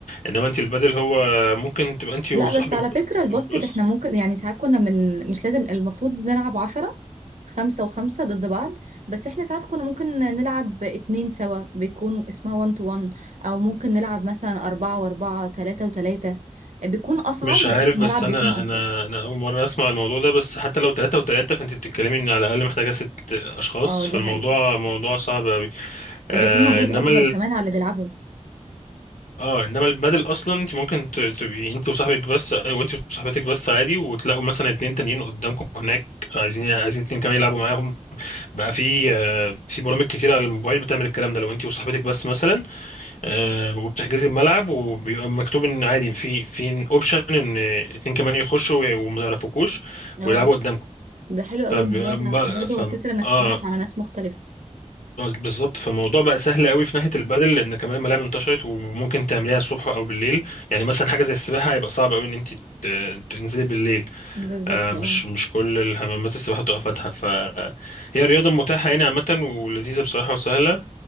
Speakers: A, on the left (about 90°); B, on the right (about 75°).
A: انما انت البدل هو ممكن تبقى انت
B: لا
A: وصاحبك
B: بس على
A: انت
B: فكرة
A: وصاحبك
B: الباسكت
A: بس
B: احنا ممكن يعني ساعات كنا من مش لازم المفروض نلعب عشرة خمسة وخمسة ضد بعض بس احنا ساعات كنا ممكن نلعب اتنين سوا بيكون اسمها وان تو وان او ممكن نلعب مثلا اربعة واربعة تلاتة وتلاتة بيكون اصعب
A: مش عارف
B: لان الملعب
A: بس انا
B: بيكون اكبر
A: انا انا اول مره اسمع الموضوع ده بس حتى لو ثلاثة وثلاثة فانت بتتكلمي ان على الاقل محتاجه ست اشخاص
B: اه دي
A: فالموضوع
B: حقيقة
A: موضوع صعب قوي
B: وبيكون
A: آه
B: مجهود
A: انما
B: اكبر كمان على اللي بيلعبها
A: اه انما البادل اصلا انت ممكن ت- تبقي انت وصاحبك بس وانت وصاحبتك بس عادي وتلاقوا مثلا اتنين تانيين قدامكم هناك عايزين عايزين اتنين كمان يلعبوا معاهم بقى في آه، في برامج كتير على الموبايل بتعمل الكلام ده لو انت وصاحبتك بس مثلا آه، وبتحجزي الملعب وبيبقى مكتوب ان عادي في في اوبشن ان اتنين كمان يخشوا وما يعرفوكوش
B: اه
A: ويلعبوا قدامكم
B: ده حلو قوي
A: فبيبقى
B: الموضوع ده برضه
A: ف...
B: هو فكره انك
A: اه
B: تتعرف على ناس مختلفه
A: بالظبط فالموضوع بقى سهل قوي في ناحيه البادل لان كمان الملاعب انتشرت وممكن تعمليها الصبح او بالليل يعني مثلا حاجه زي السباحه هيبقى صعب قوي ان انت ت- تنزلي بالليل
B: بالظبط
A: آه،
B: اه
A: مش مش كل الحمامات السباحه بتبقى فاتحه فهي رياضه متاحه يعني عامه ولذيذه بصراحه وسهله